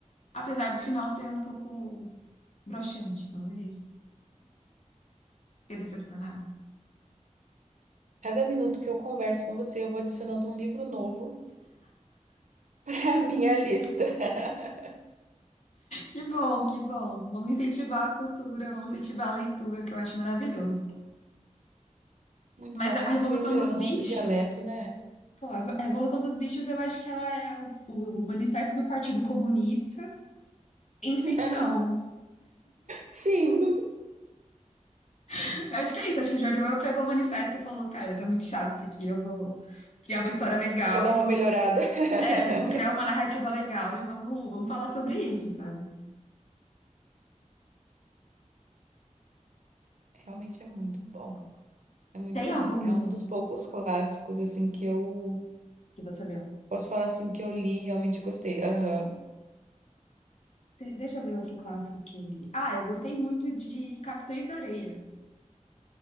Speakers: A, on the left; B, on the right.
A: apesar do final ser um pouco broxante, talvez. Fiquei decepcionada.
B: Cada minuto que eu converso com você, eu vou adicionando um livro novo <laughs> à minha lista. <laughs>
A: Que bom, que bom. Vamos incentivar a cultura, vamos incentivar a leitura, que eu acho maravilhoso.
B: Muito
A: Mas
B: bom,
A: a
B: a
A: a
B: gente
A: Revolução
B: vai melhorando
A: dos Bichos.
B: nosso dialeto, né?
A: Pô, a Revo- a Revolução dos Bichos, eu acho que ela é o, o manifesto do Partido Comunista em ficção.
B: <laughs> Sim,
A: <laughs> Acho que é isso. Acho que o George Orwell pegou o manifesto e falou: Cara, tá muito chato isso aqui. Eu vou criar uma história legal
B: vou dar
A: e
B: uma
A: vou.
B: melhorada. <laughs>
A: É, eu vou criar uma narrativa legal e vamos, vamos falar sobre isso, sabe?
B: Realmente é muito bom. É muito
A: Tem
B: bom.
A: algum
B: É um dos poucos clássicos assim que eu
A: que você leu?
B: posso falar assim que eu li, e realmente gostei. Aham.
A: De- deixa eu ver outro clássico que eu li. Ah, eu gostei muito de Capitães da Areia,